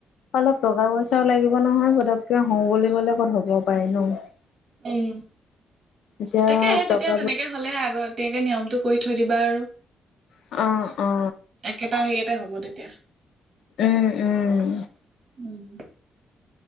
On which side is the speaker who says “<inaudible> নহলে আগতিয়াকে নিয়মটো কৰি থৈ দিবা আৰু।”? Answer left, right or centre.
Right